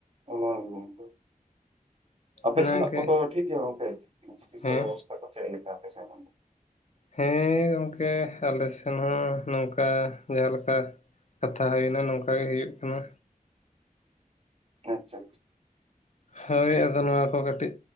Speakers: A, on the right; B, on the left.
A: ᱚᱱᱷᱟᱵ ᱜᱚᱝᱠᱮ᱾ ᱟᱯᱮ
B: ᱚᱱᱟᱜᱮ
A: ᱥᱮᱱᱟᱜ ᱠᱚ ᱫᱚ ᱴᱷᱤᱠ ᱜᱮᱭᱟ ᱜᱚᱝᱠᱮ ᱪᱤᱠᱤ-ᱪᱤᱠᱤᱥᱥᱟ
B: ᱦᱮᱸ
A: ᱵᱮᱵᱚᱥᱛᱷᱟ ᱠᱚ ᱪᱮᱫ ᱞᱮᱠᱟ ᱟᱯᱮᱥᱮᱱᱟᱜ ᱫᱚ?
B: ᱦᱮᱸ ᱜᱚᱢᱠᱮ ᱟᱞᱮ ᱥᱮᱱ ᱦᱚᱸ ᱱᱚᱝᱠᱟ ᱡᱟᱸᱦᱟ ᱞᱮᱠᱟ᱾ ᱠᱟᱛᱷᱟ ᱦᱩᱭᱱᱟ ᱱᱚᱝᱠᱟ ᱜᱮ ᱦᱩᱭᱩᱜ ᱠᱟᱱᱟ᱾
A: ᱟᱪᱪᱷᱟ ᱟᱪᱪᱷᱟ᱾
B: ᱦᱳᱭ ᱟᱫᱚ ᱱᱚᱣᱟ ᱠᱚ ᱠᱟᱹᱴᱤᱡ